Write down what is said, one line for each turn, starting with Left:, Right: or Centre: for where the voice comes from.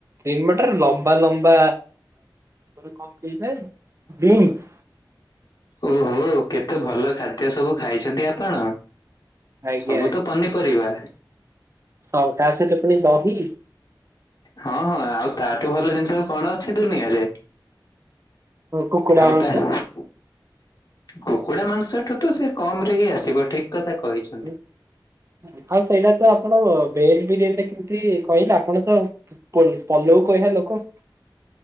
Right: ଗ୍ରୀନ୍ ମଟର ଲମ୍ବା ଲମ୍ବା <unintelligible> ବିନ୍ସ।
Left: ଓହୋ କେତେ ଭଲ ଖାଦ୍ୟ ସବୁ ଖାଇଚନ୍ତି ଆପଣ।
Right: ଆଜ୍ଞା
Left: ସବୁ ତ ପନିପରିବା।
Right: ସ ତା ସହିତ ପୁଣି ଦହି।
Left: ହଁ ହଁ ଆଉ ତାଠୁ ଭଲ ଜିନିଷ କଣ ଅଛି ଦୁନିଆରେ।
Right: କୁକୁଡା
Left: ଆଉ
Right: ମାଂସ
Left: ତାହା--‌ କୁକୁଡା ମାଂସଠୁ ତ ସେ କମ୍ ରେ ହିଁ ଆସିବ ଠିକ୍ କଥା କହି
Right: ଉଁ ଭାଇ ସେଇଟା ତ ଆପଣ ଭେଜ୍ ବିରିୟାନୀରେ କେମିତି କହିଲ ଆପଣ ତ ପଲ-ପଲଉ କହିବା ଲୋକ।